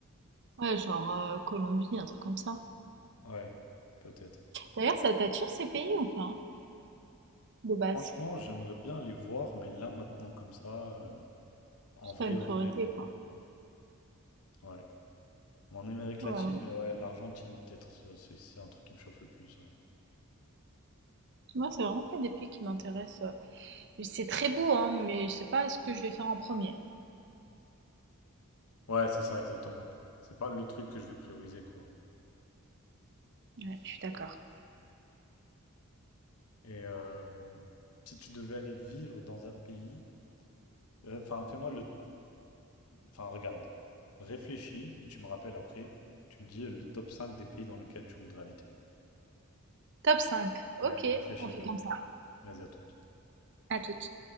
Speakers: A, on the right; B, on the left.
A: Ouais, genre euh, Colombie, un truc comme ça.
B: Ouais, peut-être.
A: D'ailleurs, ça t'attire ces pays ou pas? De base.
B: Franchement, j'aimerais bien les voir, mais là, maintenant, comme ça, euh, en
A: C'est
B: vrai,
A: pas une
B: en
A: priorité,
B: vrai, non.
A: quoi.
B: Ouais. Mais en Amérique
A: Ouais,
B: latine,
A: ouais.
B: ouais, l'Argentine, peut-être, c'est c'est- c'est un truc qui me chauffe le plus. Ouais,
A: Moi, c'est vraiment pas des pays qui m'intéressent. euh. C'est très beau, hein, mais je sais pas ce que je vais faire en premier.
B: Ouais, c'est ça, exactement. C'est pas le truc que je vais prioriser, quoi.
A: Ouais, je suis d'accord.
B: Et euh, si tu devais aller vivre dans un pays, euh, enfin, fais-moi le Enfin, regarde, réfléchis et tu me rappelles après. Tu me dis le top 5 des pays dans lesquels tu voudrais habiter.
A: Top 5. Ok,
B: Ouais, réfléchis
A: on fait
B: bien.
A: comme ça.
B: Vas-y, à toute.
A: À toutes.